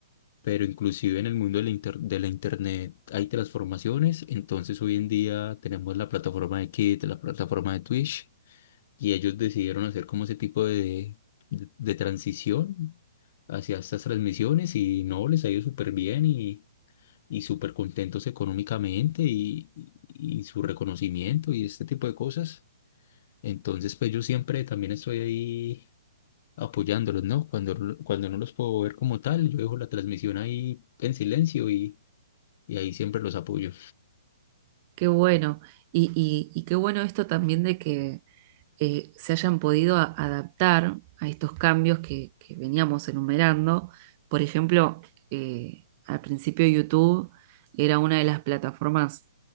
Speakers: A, on the left (about 45°); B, on the right (about 35°).
A: pero inclusive en el mundo de la, inter- de la internet hay transformaciones, entonces hoy en día tenemos la plataforma de Kit, la plataforma de Twitch, y ellos decidieron hacer como ese tipo de, de, de transición hacia estas transmisiones y no, les ha ido súper bien y, y súper contentos económicamente y, y y su reconocimiento y este tipo de cosas. Entonces, pues yo siempre también estoy ahí apoyándolos, ¿no? Cuando, cuando no los puedo ver como tal, yo dejo la transmisión ahí en silencio y y ahí siempre los apoyo.
B: Qué bueno. Y, y- y qué bueno esto también de que eh, se hayan podido a- adaptar a estos cambios que, que veníamos enumerando. Por ejemplo, eh, al principio YouTube era una de las plataformas